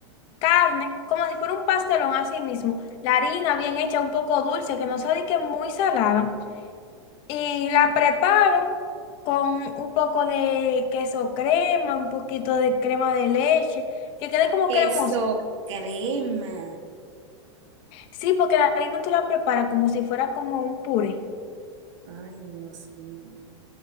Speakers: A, on the left; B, on the right.
A: carne, como si fuera un pastelón así mismo. La harina bien hecha, un poco dulce, que no se dique muy salada. Y la preparo con un poco de queso crema, un poquito de crema de leche, que quede como
B: Queso
A: cremosa.
B: crema.
A: Sí, porque la harina tú la preparas como si fuera como un puré.
B: Ay, Dios mío.